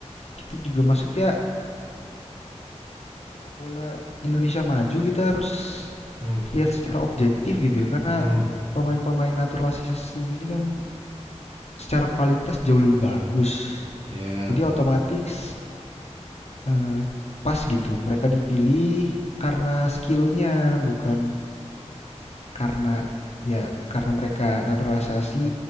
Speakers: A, on the left; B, on the right.
A: kita juga maksudnya sepak bola Indonesia maju kita harus
B: Hmm,
A: lihat secara objektif gitu ya karena
B: hmm,
A: pemain-pemain naturalisasi ini kan secara kualitas jauh lebih bagus
B: ya,
A: jadi otomatis eh, pas gitu mereka dipilih karena skillnya bukan karena ya karena mereka naturalisasi